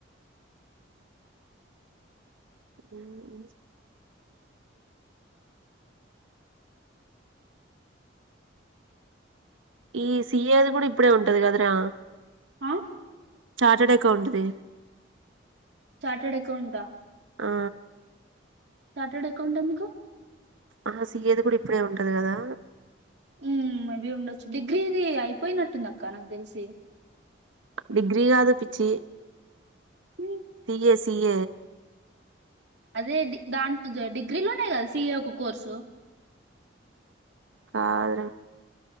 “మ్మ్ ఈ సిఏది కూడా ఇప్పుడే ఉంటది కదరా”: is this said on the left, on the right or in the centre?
Right